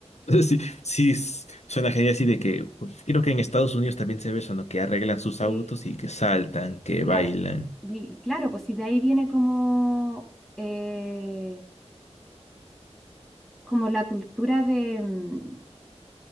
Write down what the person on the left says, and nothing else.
Sí, sí, s- suena genial así de que pues, creo que en Estados Unidos también se ve eso, ¿no? Que arreglan sus
autos y que saltan, que
bailan.